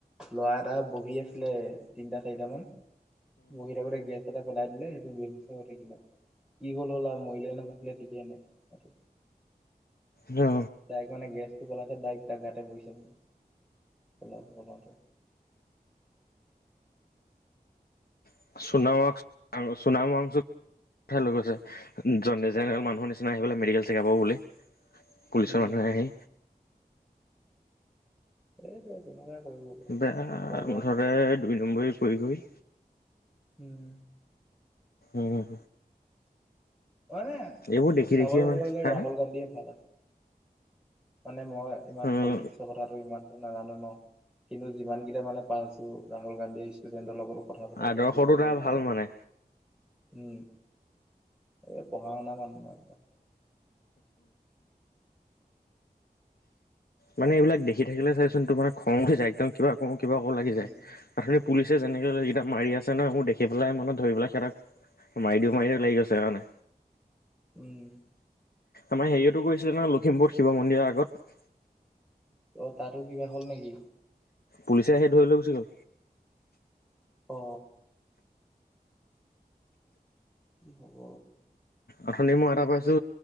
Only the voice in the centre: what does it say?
ল'ৰা এটা বহী আছিলে তিনটা চাৰিটা মান বহী থাকোতে গেছ এটা জ্বলাই দিলে সেইটো ৱেচে হৈ থাকিলে কি হল হলআও মৰিলে নে বাচিলে ঠিকে নাই সেটো
দাইক মানে গেছটো পেলাওতে দাইক তাৰ গাতে পৰিছে মানে পেলাওতে পেলাওতে
অ'
উম
এটোৱে তেনেকুৱাই কৰিব পাৰে।
বৰবাদ
দিলে।
উম
মানে
চাবলে
গলে
ৰাহুল গান্ধীয়ে ভাল আছি মানে মই ইমান
পলিটিক্সল কথাটো ইমানতটো নাজানো ন কিন্তু যিমান কেইটা মানে পাছো ৰাহুল গান্ধীয়ে ষ্টুডেন্টৰ লগত কথা পাতেগে
কিবা কিবি
কয়
উম এ পঢ়া-শুনা মানুহ ন এইবিলাক
উম
উম
অ তাতো কিবা হ'ল নেকি?
অ কি হ'ব